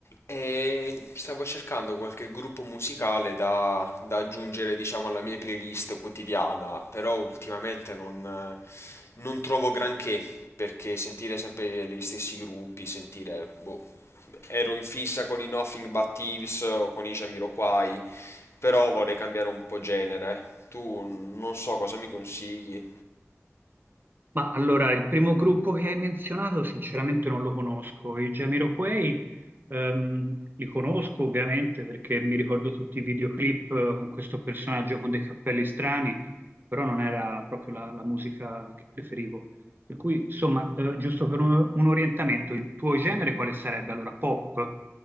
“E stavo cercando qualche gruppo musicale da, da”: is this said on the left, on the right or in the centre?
Left